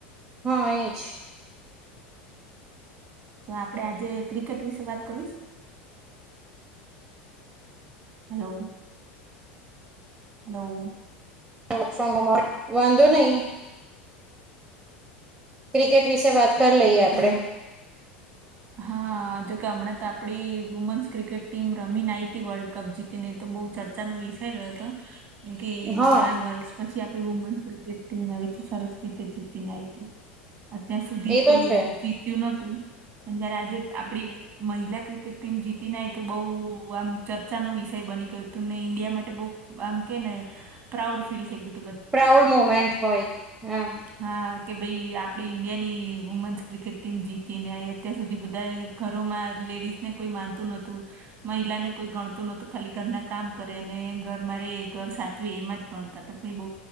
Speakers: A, on the right; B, on the right.
A: હા એજ.
B: તો આપડે આજે ક્રિકેટ વિશે વાત કરીવી છે. Hello hello.
A: Work from home વાંધો નહીઈ, ક્રિકેટ વિશે વાત કરી લઈએ
B: આપણેે
A: આપડે
B: હા જોકે હમણાં તો આપડી વુમન્સ ક્રિકેટ ટીમ રમીને આવી વર્લ્ડ કપ જીતીને તો બહુ ચર્ચાનો વિષય રહ્યો હતો કેમ કે
A: હા
B: ઘણા વર્ષ પછી આપણી વુમન ક્રિકેટ ટીમ વી તો સરસ રીતે જીતીને આવી હતી અત્યાર સુધી
A: એ
B: કોઈ
A: તો છે
B: એવું જીત્યું નતું અને જયારે આજે આપડી મહિલા ક્રિકેટ ટીમ જીતી ના તો બઉ આમ ચર્ચાનો વિષય બની ગયો હતો, ને ઈન્ડિયા માટે બહુ આમ કે ને પ્રાઉડ ફીલ થઈ ગય.
A: પ્રાઉડ મુમેન્ટ હોય હમ.
B: હા કે ભાઈ આપડી ઈન્ડિયા ની વુમેન્સ ક્રિકેટ જીતીને આવી. અત્યાર સુધી બધાને ઘરમાં લેડીઝ ને કોઈ માનતું નોતું મહિલાને કોઈ ગણતું નહતું ખાલી ઘરના કામ કરે ઘર રે એ ઘર સાચવે એમાં જ મળતા હતા કઈ બઉ